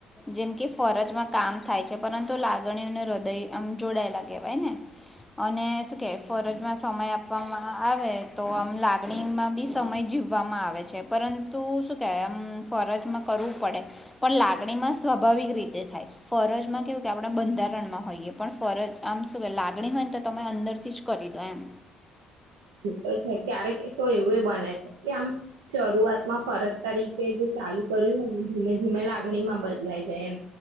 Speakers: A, in the centre; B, on the right.
A: જેમ કે ફરજમાં કામ થાય છે પરંતુ લાગણીઓને હદય આમ જોડાયેલા કેવાય ને અને શું કે ફરજમાં સમય આપવામાં આવે તો આમ લાગણીમાં બી સમય જીવવામાં આવે છે પરંતુ શું કેવાય એમ ફરજમાં કરવું પડે પણ લાગણીમાં સ્વાભાવિક રીતે થાય ફરજમાં કેવું કે આપણે બંધારણ માં હોઈયે પણ ફરજ આમ શું લાગણી હોય ને તો તમે અંદરથી જ કરી દો એમ.
B: એ તો છે, ક્યારેક તો એવું બને છે કે આમ શરૂઆતમાં ફરજ તરીકે જે ચા ચાલુ કર્યું હોય ને, ધીમે ધીમે લાગણી માં બદલાઈ જાય એમ